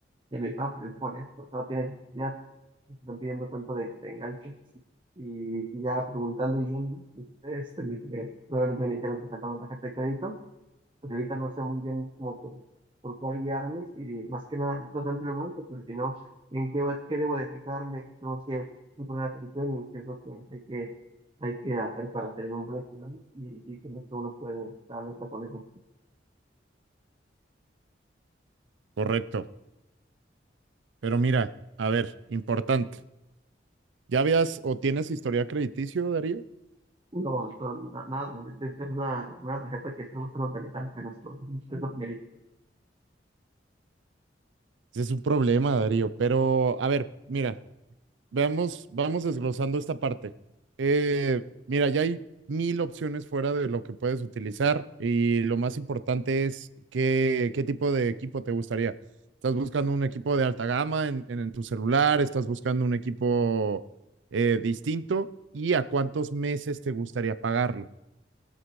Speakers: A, on the right; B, on the right.
A: de mi papá, pero es por esto, no tienes ya, no te están pidiendo tanto de, de enganche. Y, y ya preguntando y viendo, este, me, me- nuevamente me dijeron que sacaba tarjeta de crédito pero ahorita no sé muy bien cómo por, por cuál guiarme y más que nada, no tanto en el banco, pero sino en qué, qué debo de fijarme, qué tengo que poner atención y en qué es lo que hay que, hay que hacer para tener un buen plan y, y creo que uno puede estar alerta con eso.
B: correcto. Pero mira, a ver, importante. ¿Ya habías o tienes historial crediticio, Darío?
A: No, no, na- nada, es, es la primera tarjeta que estamos tratando de realizar, pero esto es lo que
B: Ese es un problema, Darío. Pero, a ver, mira, Veamos, vamos desglosando esta parte. Eh, mira, ya hay mil opciones fuera de lo que puedes utilizar y lo más importante es qué, qué tipo de equipo te gustaría. ¿Estás buscando un equipo de alta gama en, en, en tu celular? ¿Estás buscando un equipo eh, distinto? ¿Y a cuántos meses te gustaría pagarlo?